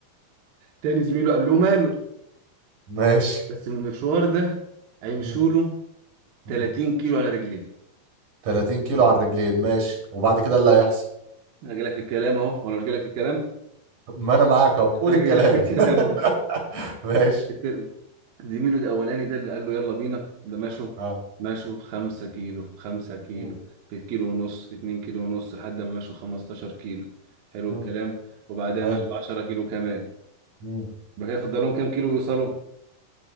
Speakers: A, on the right (about 70°); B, on the right (about 50°).
A: تاني زميله قال له ماله
B: ماشي
A: بس المشوار ده هيمشوا
B: مم.
A: له
B: مم.
A: 30 كيلو على رجليه
B: 30 كيلو على الرجلين ماشي وبعد كده اللي هيحصل
A: انا جاي لك في الكلام اهو وانا مش جاي لك في الكلام
B: <laughs> ما انا معاك اهو قول
A: انا
B: الكلام
A: جاي لك في الكلام اهو
B: <laughs> ماشي
A: الت- زميله الاولاني ده اللي قال له يلا بينا ده مشوا
B: اه
A: مشوا خمسة كيلو في خمسة كيلو
B: مم.
A: في كيلو ونص في اتنين كيلو ونص لحد ما مشوا خمستاشر كيلو حلو
B: مم.
A: الكلام وبعدها
B: حلو
A: مشوا عشرة كيلو كمان
B: مم.
A: يبقى كده فضل لهم كام كيلو يوصلوا؟